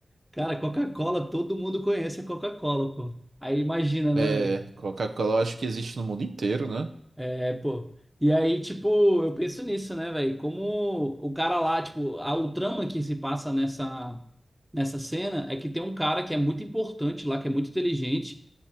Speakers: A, in the centre; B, on the right.
A: cara, Coca-Cola, todo mundo conhece a Coca-Cola, pô. Aí imagina,
B: É,
A: né, velho?
B: Coca-Cola eu acho que existe no mundo inteiro, né?
A: É, pô. E aí, tipo, eu penso nisso, né, velho? Como o cara lá, tipo, a, o trama que se passa nessa, nessa cena é que tem um cara que é muito importante lá, que é muito inteligente,